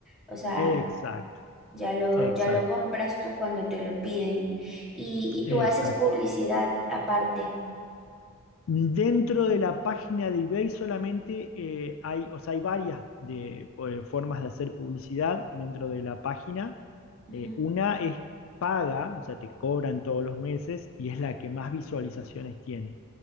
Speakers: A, in the centre; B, on the left.
A: O sea,
B: Exacto,
A: Ya lo,
B: exacto,
A: ya lo compras tú cuando te lo piden. Y, y
B: exacto.
A: tú haces publicidad aparte.
B: Dentro de la página de eBay solamente eh, hay, o sea, hay varias de, eh, formas de hacer publicidad dentro de la página.
A: Ujú,
B: Eh, una es paga, o sea, te cobran todos los meses y es la que más visualizaciones tiene.